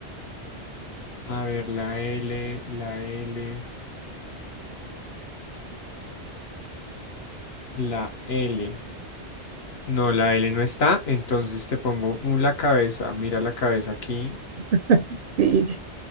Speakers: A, on the left; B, on the right.
A: A ver, la L, la L, la L. No, la L no está, entonces te pongo un- la cabeza. Mira la cabeza aquí.
B: <laughs> sí, ya